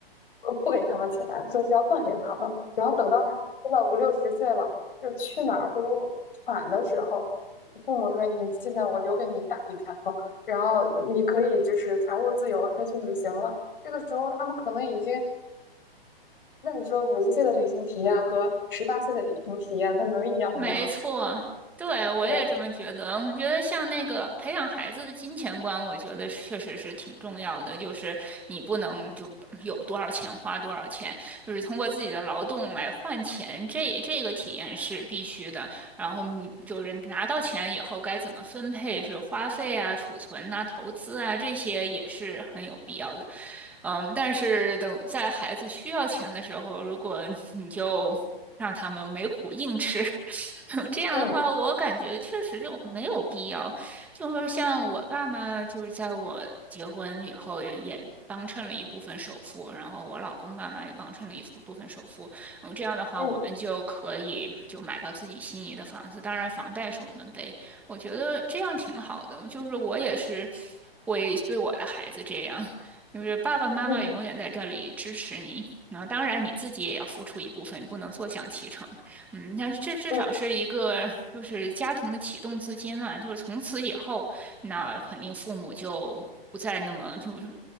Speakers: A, on the left; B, in the centre.
A: 呃不给他们钱，说是要锻炼他们。然后等到他真的五六十岁了，就是去哪儿都喘的时候，父母说：“你现在我留给你一大笔财富，然后你可以就是财务自由了，可以去旅行了。”这个时候他们可能已经，那你说五十岁的旅行体验和十八岁的旅行体验，它能一样吗？
B: 没错，对，我也这么觉得。
A: 对吧？
B: 我觉得像那个培养孩子的金钱观，我觉得是确实是挺重要的。就是你不能就有多少钱花多少钱，就是通过自己的劳动来换钱，这这个体验是必须的。然后你就是拿到钱以后该怎么分配，是花费啊、储存呐、投资啊，这些也是很有必要的。嗯，但是等在孩子需要钱的时候，如果你就让他们没苦硬吃，<laughs> 这样的话，
A: 嗯
B: 我感觉确实就没有必要。就是像我爸妈，就是在我结婚以后也也帮衬了一部分首付，然后我老公爸妈也帮衬了一部分首付。嗯，这样的话，
A: 嗯
B: 我们就可以就买到自己心仪的房子。当然，房贷是我们背，我觉得这样挺好的。就是我也是会对我的孩子这样，就是爸爸妈妈永远在这里支持你。
A: 嗯
B: 然后，当然你自己也要付出一部分，不能坐享其成。嗯，但是这至少是一个就是家庭的启动资金嘛，
A: 嗯
B: 就是从此以后，那肯定父母就不再那么就是